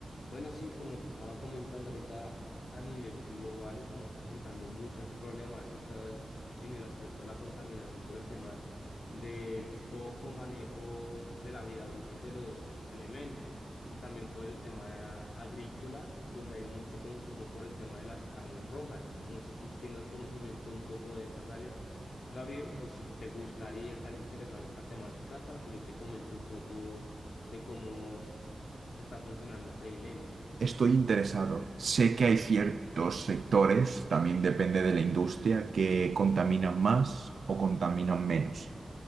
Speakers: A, on the left; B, on the right.
A: Bueno, sí, como te estaba comentando ahorita, a nivel global estamos presentando muchas problemáticas en el aspecto de la contaminación por el tema del poco manejo de la vida útil de los elementos y también por el tema agrícola, donde hay mucho consumo por el tema de las carnes rojas. No sé si tengas conocimiento un poco de estas áreas, Gabriel, o si te gustaría estar interesado en esta temática para que yo te comente un poco de cómo está funcionando este dilema.
B: Estoy interesado. Sé que hay ciertos sectores, también depende de la industria, que contaminan más o contaminan menos.